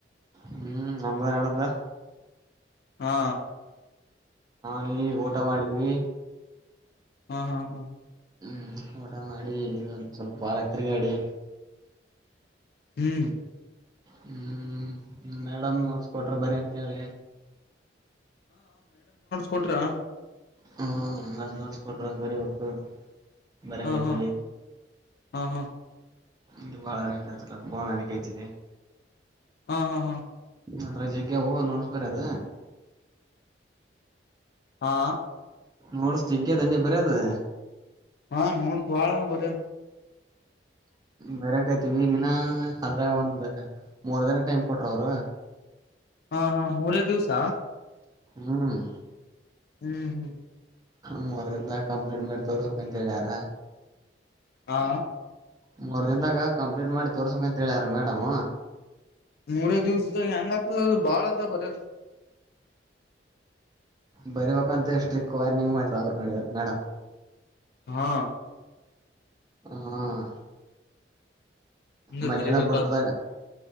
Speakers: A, on the right; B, on the left.
A: ಹ್ಮ್ ನಮ್ದ್ ನಡ್ದ
B: ಹಾ
A: ನಿವ್ ಇಗ್ ಊಟ ಮಾಡಿದ್ವಿ.
B: ಹಾ ಹಾ ಹಾ
A: ಹ್ಮ್ ಊಟ ಮಾಡಿ ಈಗ್ ಒಂದ್ ಸ್ವಲ್ಪ ಹೊರಗ್ ತಿರಗಾಡಿ.
B: ಹ್ಮ್
A: ಹ್ಮ್ ಮೇಡಮ್ ನೋಡ್ಸ್ಕೊಟ್ರ ಬರಿಯಕ್ಕೆ ಹೇಳಿ.
B: ಕೊಟ್ರಾ.
A: ಹ್ಮ ನ ನೋಡ್ಸ್ಕೊಟ್ರ ಬರಿಬೇಕು. ಬರಕೈತಿವಿ
B: ಹಾ ಹಾ ಹಾ ಹಾ
A: ಇ ಬಾಳ ನೆಫನ್ ಅದ ಕೇಚಿದೆ
B: ಹ್ಮ ಹಾ ಹಾ
A: ಅದ್ರಗ ಜಗ್ಗೆ ಅವು ನೋಟ್ಸ್ ಬರಿ ಅದ್ರ.
B: ಹಾ
A: ನೋಟ್ಸ್ ಜಗ್ಗಿ ಅದೇ ಹಂಗೆ ಬರೆದೆ.
B: ಹಾ ನೋಡ್ ಬಾಳ್ ಅದ ಬರೆಯೋದು.
A: ಬರಕೈ್ತಿವಿ ಇನ್ನ ಅದ್ರಾಗ್ ಒಂದ್ ಮೂರ್ ದಿನ ಟೈಮ್ ಕೊಟ್ರ ಅವರು.
B: ಹಾ ಹಾ ಮೂರೇ ದಿವ್ಸ.
A: ಹ್ಮ್
B: ಹ್ಮ್ ಹ್ಮ್
A: ಮೂವರ್ ದಿನ ಕಂಪ್ಲೀಟ್ ಮಾಡ್ ತೋರ್ಸಬೇಕ್ ಅಂತ ಹೇಳರ.
B: ಹಾ
A: ಮೂರ್ ದಿನದಾಗ ಕಂಪ್ಲೀಟ್ ಮಾಡಿ ತೋರ್ಸಕ ಅಂತ್ ಹೇಳ್ಯಾರ ಮೇಡಮ್
B: ಮೂರೇ ದಿವ್ಸದಾಗ ಹೆಂಗತದ್ ಭಾಳ ಅದ್ ಬರೆದ್
A: ಬರಿಬೇಕ್ ಅಂತ ಸ್ಟ್ರಿಕ್ಟ್ ವಾರ್ನಿಂಗ್ ಮಾಡ್ರ ಅವ್ರು ನೋಡಿದ್ರ ಮೇಡಮ್.
B: ಹಾ
A: ಹ
B: ಅಂದ್ರ
A: ಮಧ್ಯಾಹ್ನ
B: ಬರಿಬೇಕ್
A: ಬಿಡ್ತದಾಗ್
B: ಆತದ
A: ಅಲ್ಲ